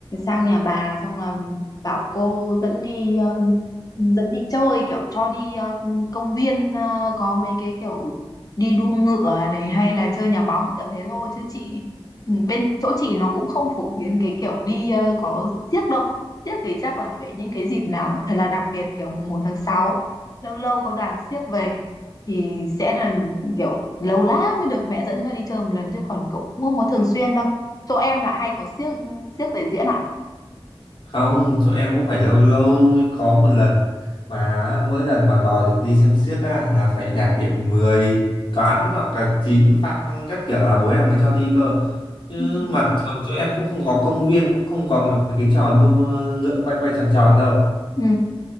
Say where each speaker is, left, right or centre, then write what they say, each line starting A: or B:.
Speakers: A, on the left; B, on the left.
A: sang nhà bà xong là bảo cô dẫn đi ờ, dẫn đi chơi kiểu cho đi ờ, công viên ờ, có mấy cái kiểu đi đua ngựa này hay là chơi nhà bóng kiểu thế thôi chứ chị ừ, bên chỗ chị nó cũng không phổ biến cái kiểu đi ờ, có xiếc đâu tiếc thì chắc là phải những cái dịp nào mà thật là đặc biệt kiểu mùng một tháng 6 lâu lâu có đoàn xiếc về thì sẽ là kiểu lâu lắm mới được mẹ dẫn cho đi chơi một lần chứ còn cũng không có thường xuyên đâu chỗ em là hay có xiếc xiếc về diễn à
B: Không, chỗ em cũng phải lâu lâu mới có một lần mà mỗi lần mà đòi được đi xem xiếc á, là phải đạt điểm 10 toán hoặc là 9 văn các kiểu là bố em mới cho đi cơ. Chứ
A: Ừ.
B: mà thường chỗ em cũng không có công viên, cũng không có mấy cái trò đua ngựa quay quay tròn tròn đâu.
A: ừ